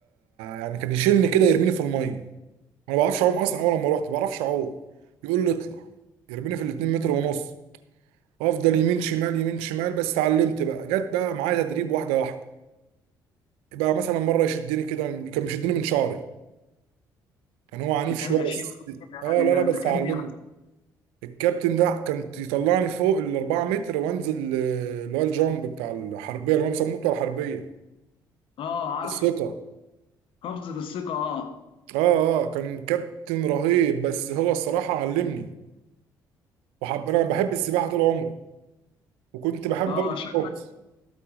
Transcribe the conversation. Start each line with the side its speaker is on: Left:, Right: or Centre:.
Right: يعني كان يشيلني كده يرميني في الميه انا ما بعرفش اعوم اصلا اول لما رحت ما بعرفش اعوم يقول لي اطلع يرميني في الاتنين متر ونص افضل يمين شمال يمين شمال بس اتعلمت بقى جت بقى معايا تدريب واحده واحده بقى مثلا مره يشدني كده كان بيشدني من شعري كان هو عنيف
Left: ده كان
Right: شويه
Left: غشيم
Right: بس
Left: كده
Right: اه
Left: يعني
Right: لا لا بس
Left: ده كان
Right: علمني
Left: بيع
Right: الكابتن ده كان يطلعني فوق ال 4 متر وانزل آه، اللي هو الجامب بتاع الحربيه اللي هم بيسموه بتاع الحربيه
Left: اه عارف
Right: الثقه
Left: قفزه الثقه اه
Right: اه اه كان كابتن رهيب بس هو الصراحه علمني وحب انا بحب السباحه طول عمري وكنت بحب
Left: اه
Right: برضه
Left: شكله
Right: الطبخ